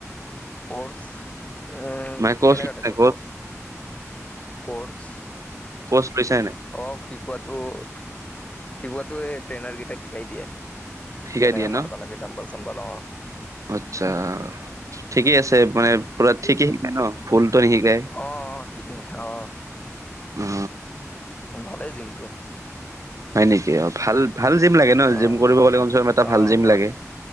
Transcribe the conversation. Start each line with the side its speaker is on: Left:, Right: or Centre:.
Left: কোৰ্চ এ-
Right: মানে কচ
Left: কেনেকা টাইপৰ
Right: কচ
Left: কোৰ্চ?
Right: কোৰ্চ পইছাই নাই।
Left: অ শিকোৱাটো- শিকোৱাটো এই ট্ৰেইনাৰ কেইটাই শিকাই দিয়ে।
Right: শিকাই
Left: কেনেকা
Right: দিয়ে
Left: মাৰবা
Right: ন
Left: লাগে ডম্বল- চম্বল অ।
Right: আচ্ছা ঠিকেই আছে মানে পুৰা ঠিকে শিকায় ন, ভুলটো নিশিকায়?
Left: অ অ অ
Right: অ
Left: ভালেই জিমটো।
Right: হয় নেকি? অ ভাল- ভাল জিম লাগে ন,
Left: অ
Right: জিম কৰিব গলে এটা ভাল
Left: অ
Right: জিম
Left: হয়
Right: লাগে।